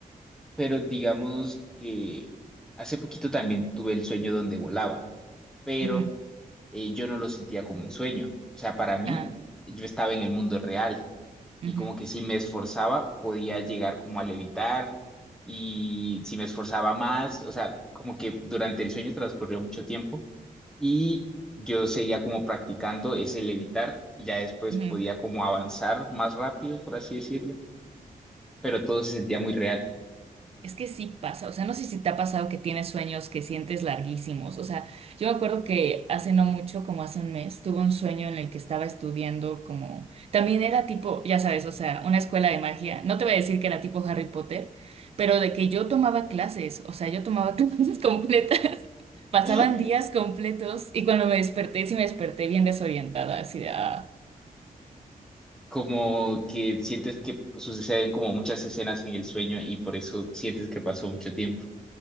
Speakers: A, in the centre; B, on the right.
A: Pero digamos que hace poquito también tuve el sueño donde volaba. pero
B: Ujú.
A: eh, yo no lo sentía como un sueño. O sea, para mí,
B: Ah.
A: yo estaba en el mundo real
B: Ujú,
A: y como que si me esforzaba, podía llegar como a levitar y si me esforzaba más, o sea, como que durante el sueño transcurrió mucho tiempo y yo seguía como practicando ese levitar y ya después
B: ujú.
A: podía como avanzar más rápido, por así decirlo, pero todo se sentía muy real.
B: Es que sí pasa, o sea, no sé si te ha pasado que tienes sueños que sientes larguísimos, o sea, yo me acuerdo que hace no mucho, como hace un mes, tuve un sueño en el que estaba estudiando como, también era tipo, ya sabes, o sea, una escuela de magia, no te voy a decir que era tipo Harry Potter, pero de que yo tomaba clases, o sea, yo tomaba <laughs> clases completas, pasaban
A: <laughs>
B: días completos y cuando me desperté, sí me desperté bien desorientada, así de, ah.
A: como que sientes que suceden como muchas escenas en el sueño y por eso sientes que pasó mucho tiempo.